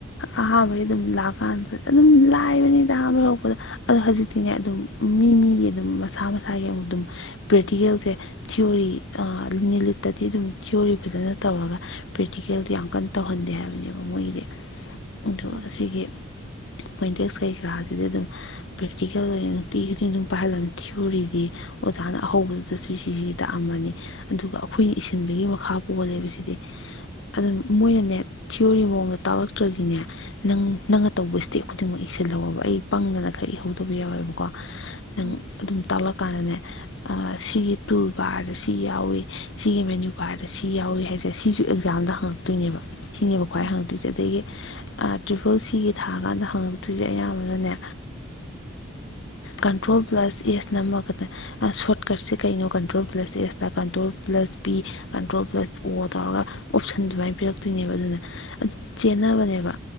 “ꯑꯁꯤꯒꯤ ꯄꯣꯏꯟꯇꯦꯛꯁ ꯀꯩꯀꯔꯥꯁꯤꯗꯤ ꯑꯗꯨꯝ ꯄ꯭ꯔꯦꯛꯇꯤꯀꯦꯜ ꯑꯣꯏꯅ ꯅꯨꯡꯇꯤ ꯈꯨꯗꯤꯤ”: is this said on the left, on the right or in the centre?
Left